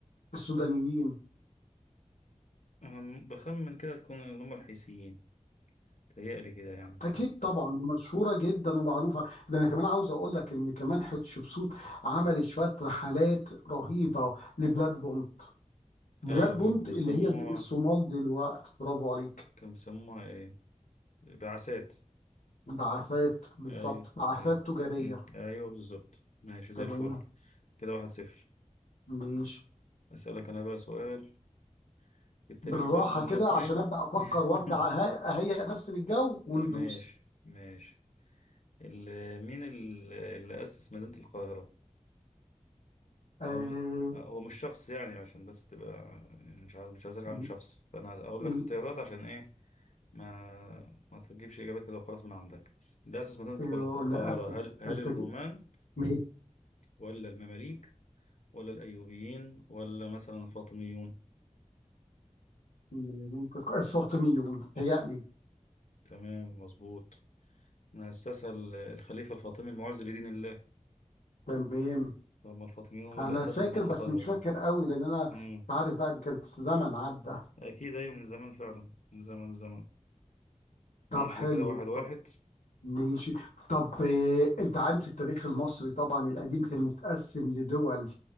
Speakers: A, on the left; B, on the left.
A: السودانيين
B: أنا م- بخمن كده تكون اللي هم الحيثيين تهيألي كده يعني
A: أكيد طبعا دي مشهورة جدا ومعروفة ده أنا كمان عاوز أقول لك إن كمان حتشبسوت عملت شوية رحلات رهيبة لبلادهم بلاد
B: أيوة
A: بونت
B: كانوا
A: اللي
B: بيسموها
A: هي الصومال دلوقتي برافو عليك
B: كانوا بيسموها إيه بعثات
A: بعثات بالظبط
B: أيوة
A: بعثات
B: أيوة
A: تجارية
B: مم. أيوة بالظبط ماشي زي
A: تمام
B: الفل كده واحد صفر
A: ماشي
B: أسألك أنا بقى سؤال في التاريخ
A: بالراحة
B: برضه المصري
A: كده عشان أبدأ أفكر
B: <laughs>
A: وأرجع أه- أهيئ نفسي للجو وندوس
B: ماشي ماشي ال- مين ال- اللي أسس مدينة القاهرة؟
A: آه
B: اقول هو مش شخص يعني عشان بس تبقى يعني مش عايز مش عايز على
A: ال
B: شخص فانا اقول
A: ال
B: لك اختيارات عشان ايه ما ما تجيبش اجابات كده وخلاص من عندك الاساس ما تدخل
A: آه، ولا
B: القاهره
A: أسف
B: هل هل
A: أنتج
B: الرومان
A: مين
B: ولا المماليك ولا الايوبيين ولا مثلا الفاطميون
A: مين تك- السلطميون هيألي
B: تمام مظبوط ما اسسها ال- الخليفه الفاطمي المعز لدين الله
A: تمام
B: هم الفاطميون هم
A: أنا
B: اللي اسسوا
A: فاكر
B: مدينه
A: بس
B: القاهره
A: مش فاكر قوي لأن أنا
B: امم
A: أنت عارف بقى دي كانت زمن عدى
B: اكيد ايوه من زمان فعلا من زمن زمن ماشي
A: طب حلو
B: يبقى كده واحد واحد
A: ماشي طب آه، انت عارف التاريخ المصري طبعا القديم كان متقسم لدول